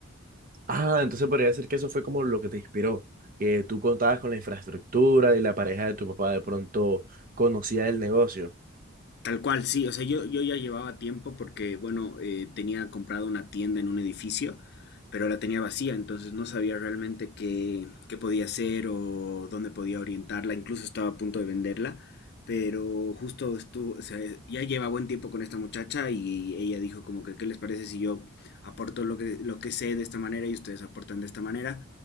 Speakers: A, on the right; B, on the left.
A: Ah, entonces podría decir que eso fue como lo que te inspiró, que tú contabas con la infraestructura y la pareja de tu papá de pronto conocía el negocio.
B: Tal cual, sí, o sea, yo, yo ya llevaba tiempo porque, bueno, eh, tenía comprado una tienda en un edificio, pero la tenía vacía, entonces no sabía realmente qué, qué podía hacer o dónde podía orientarla, incluso estaba a punto de venderla, pero justo estuvo, o sea, ya lleva buen tiempo con esta muchacha y ella dijo como que, ¿qué les parece si yo aporto lo que, lo que sé de esta manera y ustedes aportan de esta manera?